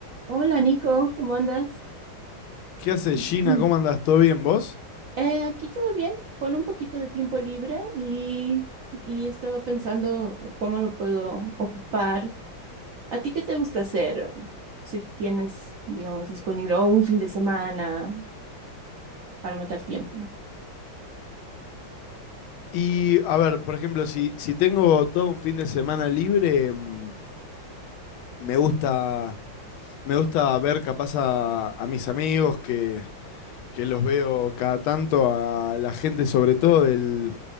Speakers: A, on the right (about 65°); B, on the left (about 85°).
A: Hola Nico, ¿cómo andas?
B: ¿Qué haces, Gina?
A: <clears throat>
B: ¿Cómo andás? ¿Todo bien vos?
A: Eh, aquí todo bien, con un poquito de tiempo libre y, y estaba pensando cómo lo puedo ocupar. ¿A ti qué te gusta hacer? Si tienes, digamos, disponible o un fin de semana para matar tiempo.
B: Y a ver, por ejemplo, si, si tengo todo un fin de semana libre, mm, me gusta, me gusta ver capaz a, a mis amigos que, que los veo cada tanto, a la gente sobre todo del,